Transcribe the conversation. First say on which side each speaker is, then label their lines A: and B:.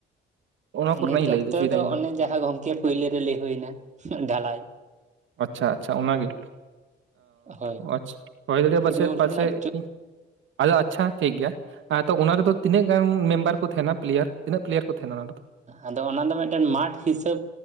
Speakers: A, on the right; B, on the right.
A: ᱚᱱᱟ ᱠᱚᱨᱮᱱᱟᱜ
B: ᱱᱤᱛ
A: ᱤᱧ
B: ᱚᱠᱛᱚ
A: ᱞᱟᱹᱭ ᱦᱚᱪᱚᱭᱮᱫᱟ
B: ᱫᱚ
A: ᱤᱧ
B: ᱚᱱᱮ ᱡᱟᱦᱟᱸ ᱜᱚᱢᱠᱮ ᱯᱳᱭᱞᱳ ᱨᱮ ᱞᱟᱹᱭ ᱦᱳᱭ ᱮᱱᱟ ᱰᱷᱟᱞᱟᱭ᱾
A: ᱟᱪᱷᱟ ᱟᱪᱷᱟ ᱚᱱᱟ ᱜᱮ
B: ᱦᱳᱭ
A: ᱚ ᱟᱪᱷᱟ ᱦᱳᱭ ᱫᱟᱲᱮᱭᱟᱜ-ᱟ
B: ᱯᱷᱩᱴᱵᱚᱞ
A: ᱯᱟᱪᱮᱫ, ᱯᱟᱪᱮᱫ
B: ᱨᱮᱱᱟᱜ
A: ᱟᱫᱚ ᱟᱪᱷᱟ ᱴᱷᱤᱠ ᱜᱮᱭᱟ᱾ ᱟᱸ ᱛᱚ ᱚᱱᱟ ᱨᱮᱫᱚ ᱛᱤᱱᱟᱹᱜ ᱜᱟᱱ ᱢᱮᱢᱵᱟᱨ ᱠᱚ ᱛᱟᱦᱮᱱᱟ ᱯᱞᱤᱭᱟᱨ ᱛᱤᱱᱟᱹᱜ ᱯᱞᱤᱭᱟᱨ ᱠᱚ ᱛᱟᱦᱮᱱᱟ ᱚᱱᱟ ᱨᱮᱫᱚ?
B: ᱟᱫᱚ ᱚᱱᱟ ᱫᱚ ᱢᱮᱫᱴᱮᱱ ᱢᱟᱴᱷ ᱦᱤᱥᱟᱹᱵᱽ